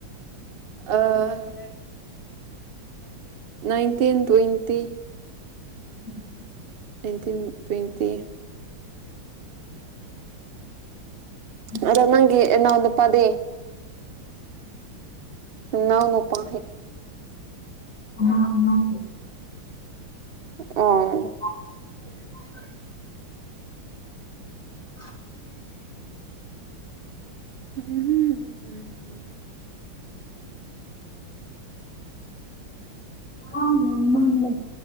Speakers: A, on the right (about 50°); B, on the left (about 40°).
A: ꯑꯥ
B: <inaudible>
A: ꯏꯟꯇꯤꯟ twenty
B: um
A: nineteen twenty
B: um
A: ꯑꯗꯣ ꯅꯪꯒꯤ ꯏꯅꯥꯎ ꯅꯨꯄꯗꯦ ꯏꯎꯅꯣ ꯄ
B: ꯑ ꯍ
A: ꯑ
B: <unintelligible> <unintelligible>
A: ꯎꯝ
B: ꯑ ꯃꯃ